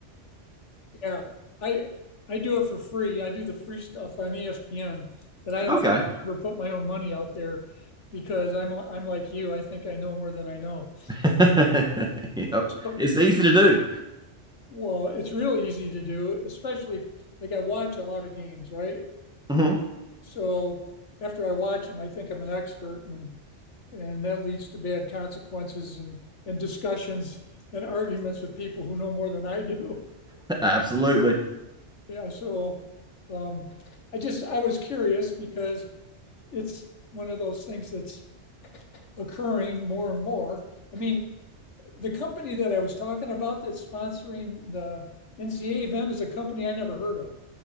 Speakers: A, on the left (about 80°); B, in the centre.
A: Yeah, I, I do it for free. I do the free stuff on ESPN, but I don't
B: Okay.
A: think I ever put my own money out there because I'm, I'm like you. I think I know more than I know.
B: <laughs> Yep.
A: So,
B: It's easy to do.
A: well, it's really easy to do, especially if, like I watch a lot of games, right?
B: hmm
A: So after I watch them, I think I'm an expert and and that leads to bad consequences and, and discussions and arguments with people who know more than I do. <laughs>
B: <laughs> Absolutely.
A: Yeah, so um, I just I was curious because it's one of those things that's occurring more and more. I mean, the company that I was talking about that's sponsoring the NCA event is a company I never heard of.